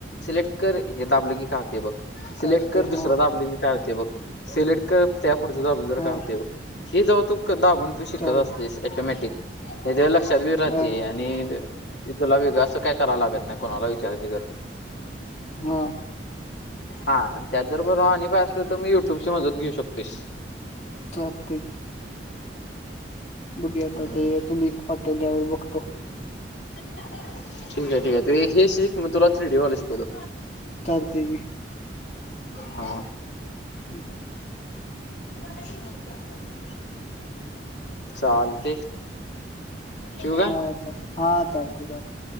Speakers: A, on the left (about 75°); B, on the left (about 40°).
A: सिलेक्ट कर हे दाबले की का होते बघ सिलेक्ट
B: कळते
A: कर
B: हा
A: दुसर दाबले की काय होते बघ सिलेक्ट कर त्या पुुढच दाबलं तर
B: हा
A: काय होते ब हे जाऊ तू दाबून तू शिकत
B: चाल
A: असतेस टोमॅटिक हे ते लक्षात बी राहते
B: हा
A: आणि इथुला वेग असं काय कराव लागत नाही कोणाला विचारयची गर
B: हा
A: हा त्यात जर ब अ पाय असल तर मी युट्यूब ची मदत घेऊ शकतेस
B: चालते बघ आता
A: हम्म
B: ते तू लिंक पाटवल्यावर बघतो
A: ठीके आहे ठीके आहे त हे शिक मग तुला थ्री डीवाला शिकवतो
B: लते का
A: हा
B: हम्
A: देत चालते ठेवू काय
B: होा ल हा चालते चालत